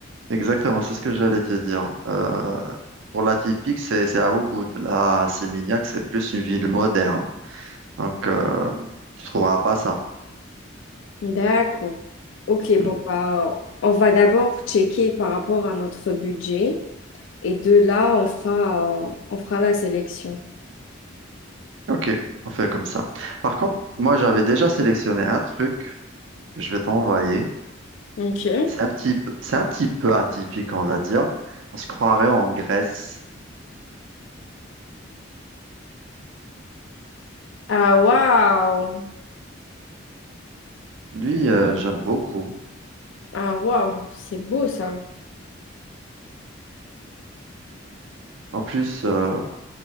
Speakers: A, on the right; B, on the left.
A: exactement, c'est ce que j'allais te dire. Euh, pour la typique, c'est c'est à Ubud. La Sémignac, c'est plus une ville moderne. Donc, euh, tu trouveras pas ça.
B: D'accord. Ok,
A: Hmm.
B: bon, bah, on va d'abord checker par rapport à notre budget et de là, on fera, euh, on fera la sélection.
A: Ok, on fait comme ça. Par contre, moi, j'avais déjà sélectionné un truc que je vais t'envoyer.
B: Ok.
A: C'est un petit peu, c'est un petit peu atypique, on va dire. On se croirait en Grèce.
B: Ah, waouh!
A: Lui, euh, j'aime beaucoup.
B: Ah, waouh! C'est beau ça.
A: En plus, euh,